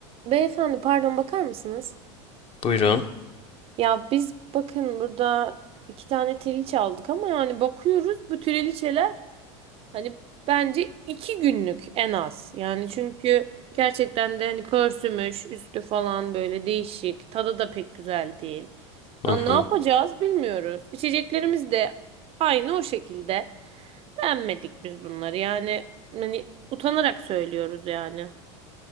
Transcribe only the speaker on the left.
Buyurun.
Hı
hı.